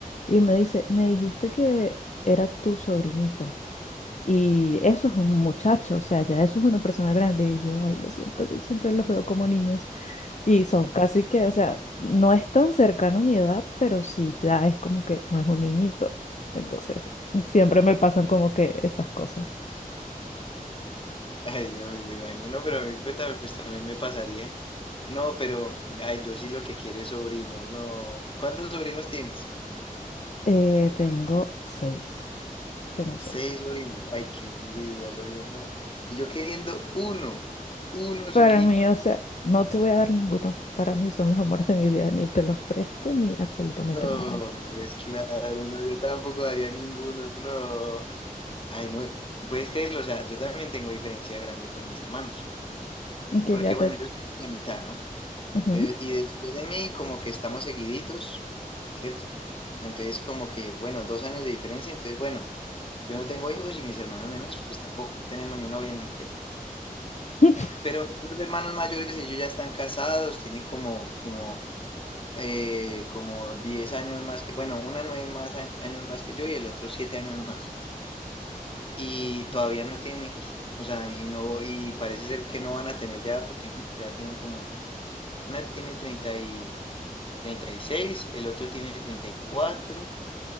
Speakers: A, on the left; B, on the left.
A: y me dice, me dijiste que era tu sobrinito. Y eso es un muchacho, o sea, ya eso es una persona grande. Y yo, ay, lo siento, yo siempre los veo como niños. Y son casi que, o sea, no es tan cercano a mi edad, pero sí ya es como que no es un niñito. Entonces, siempre me pasan como que esas cosas.
B: Ay, no, pues me lo imagino. No, pero a mí pues, tam- pues, también me pasaría. No, pero ay, yo sí lo que quiero es sobrinos. No. ¿Cuántos sobrinos tienes?
A: Eh, tengo seis. Tengo
B: Seis
A: seis.
B: sobrinos. Ay, qué envidia, lo bien, no. Y yo queriendo uno, uno
A: Para
B: solito.
A: mí, o sea, no te voy a dar ninguno. Para mí son los amores de mi vida. Ni te los presto ni absolutamente
B: No,
A: nada.
B: pues claro, no, yo tampoco daría ninguno, no. Ay, no. Y puedes creerlo, o sea, yo también tengo diferencia grande con mis hermanos.
A: Y que
B: Porque
A: ya
B: bueno,
A: te.
B: yo soy la mitad, ¿no?
A: Ujú.
B: Entonces, y después de mí, como que estamos seguiditos, ¿cierto? Entonces, como que, bueno, dos años de diferencia, entonces, bueno, yo no tengo hijos y mis hermanos menores, pues tampoco, no tenemos ni novia ni siquiera.
A: <laughs>
B: Pero mis hermanos mayores, ellos ya están casados, tienen como, como, eh, como 10 años más que, bueno, una nueve más a- años más que yo y el otro siete años más. Y todavía no tienen hijos, o sea, y no, y parece ser que no van a tener ya, porque <laughs> ya tienen como, una tiene treinta y... treinta y seis el otro tiene treinta y cuatro